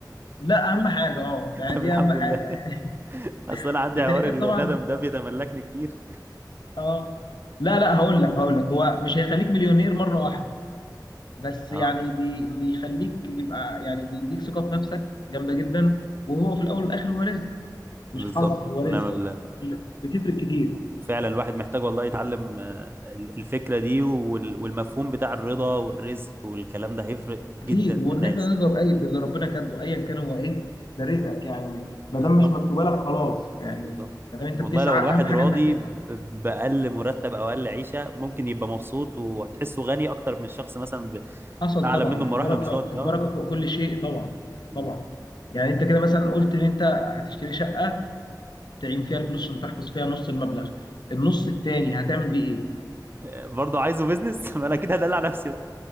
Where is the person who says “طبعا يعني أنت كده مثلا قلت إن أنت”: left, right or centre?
Left